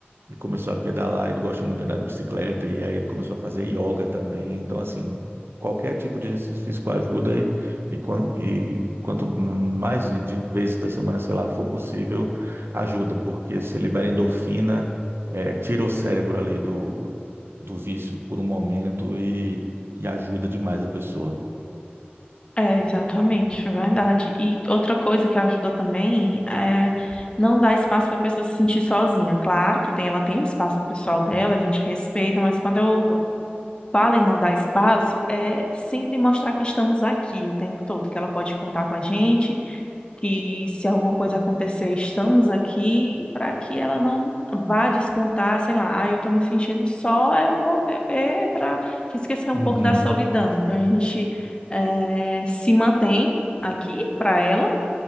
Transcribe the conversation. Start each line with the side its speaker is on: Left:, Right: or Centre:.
Right: ele começou a pedalar, ele gosta muito de andar de bicicleta, e aí ele começou a fazer yoga também. Então, assim, qualquer tipo de exercício físico ajuda, e, e, quan- e quanto mais de vezes da semana, sei lá, for possível, ajuda, porque você libera endorfina, eh, tira o cérebro ali do, do vício por um momento e, e ajuda demais a pessoa.
Left: É, exatamente, verdade. E outra coisa que ajuda também é não dar espaço para a pessoa se sentir sozinha. Claro que tem, ela tem um espaço pessoal dela, a gente respeita, mas quando eu falo em não dar espaço, é sempre mostrar que estamos aqui o tempo todo, que ela pode contar com a gente. que se alguma coisa acontecer, estamos aqui para que ela não vá descontar, sei lá, ah, eu estou me sentindo só, eu vou beber para esquecer um
Right: Uhum.
Left: pouco da solidão. Então a gente eh, se mantém aqui para ela